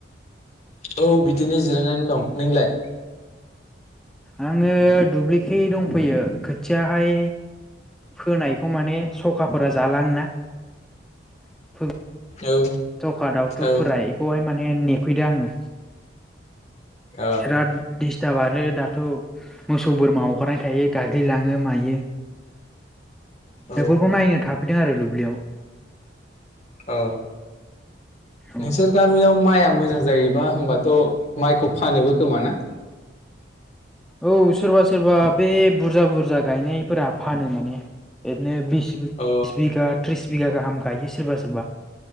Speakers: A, on the left; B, in the centre.
A: औ बिदिनो जि जिरायनानै दं। नोंलाय?
B: आङो दुब्लिखे दंफैयो खोथियाहाय फोनायखौ माने सखाफोरा जालाङ ना <inaudible> फो
A: औ
B: सखा दावथुफोरा
A: औ
B: एखौहाय माने ने फैदो आङो।
A: ओ
B: बिराद दिस्टाराब आरो द थ' मोसौ बोरमा हगारनाय थायो गाग्लिलाङो मायो। बेफोरखौ
A: औ
B: नायनो थाफैदों आरो दुब्लियाव।
A: औ।
B: औ
A: नोंसोर गामियाव माइआ मोजां जायोबा होमबाथ' माइखौ फानोबो खोमा ना?
B: औ सोरबा सोरबा बे बुरजा बुरजा गायनायफोरा फानो माने बिदिनो बिस बिस
A: अ
B: बिघा त्रिस बिघा गाहाम गायो सोरबा सोरबा।